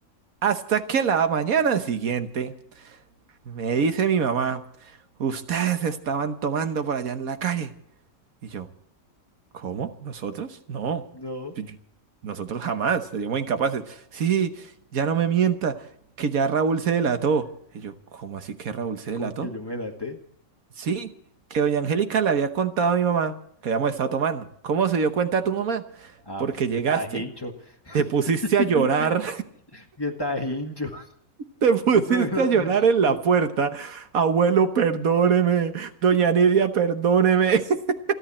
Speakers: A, on the right (about 75°); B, on the left (about 15°).
A: Hasta que la mañana siguiente... Me dice mi mamá, ustedes estaban tomando por allá en la calle. Y yo, ¿cómo? ¿Nosotros? No.
B: No,
A: Yo- yo- Nosotros jamás, seríamos incapaces. Sí, ya no me mienta, que ya Raúl se delató. Y yo, ¿cómo así que Raúl se delató?
B: como que yo me laté.
A: Sí, que doña Angélica le había contado a mi mamá que habíamos estado tomando. ¿Cómo se dio cuenta tu mamá?
B: Ah,
A: Porque
B: pues ya
A: llegaste,
B: estaba hincho. <laughs>
A: te pusiste a llorar
B: ya estaba hincho. <laughs>
A: Te pusiste
B: No, pero
A: a llorar
B: no, no,
A: en la
B: no,
A: puerta. Abuelo, perdóneme. Doña Nidia, perdóneme. <laughs>